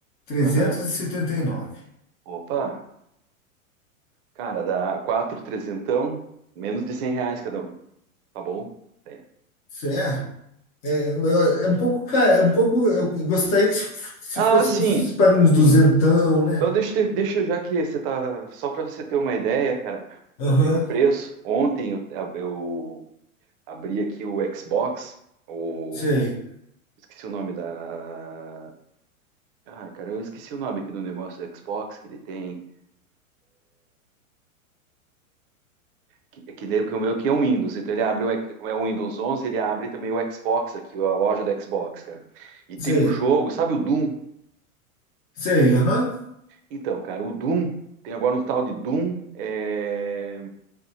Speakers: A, on the left; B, on the right.
A: 379.
B: aham. Opa, cara, dá quatro trezentão, menos de cem reais cada um, tá bom? É.
A: Isso é, é, é é um pouco, cara, é um pouco, eu gostaria que se, se
B: Ah,
A: fosse
B: sim,
A: uns, para uns duzentão,
B: sim.
A: né?
B: Então deixa, eu te- deixa eu, já que você tá, só para você ter uma ideia, cara,
A: Aham,
B: de de preço. Ontem eu, ab- eu abri aqui o Xbox, o
A: sei,
B: esqueci o nome da, ai, cara, eu esqueci o nome aqui do negócio do Xbox que ele tem. Que, que, nem- que o meu aqui é um Windows, então ele abre, o, X- como é o Windows 11, ele abre também o Xbox aqui, a loja do Xbox, cara. E tem
A: sei,
B: um jogo, sabe o Doom?
A: sei, aham,
B: Então, cara, o Doom, tem agora um tal de Doom é,